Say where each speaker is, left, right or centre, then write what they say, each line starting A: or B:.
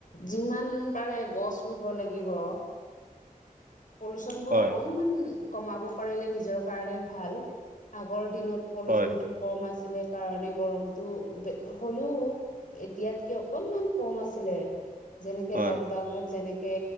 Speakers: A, on the left (about 65°); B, on the right (about 75°).
A: যিমান পাৰে গছ ৰুব লাগিব। পলুচন বোৰ
B: হয়,
A: অকণমান কমাব পাৰিলে নিজৰ কাৰণে ভাল আগৰ দিনত পলুচন
B: হয়,
A: টো কম আছে। ছিলে কাৰণে গৰমটো হলেও এতিয়াতকে অকনমান কম আছিলে। যেনেকে
B: হয়,
A: লকডাউনত যেনেকে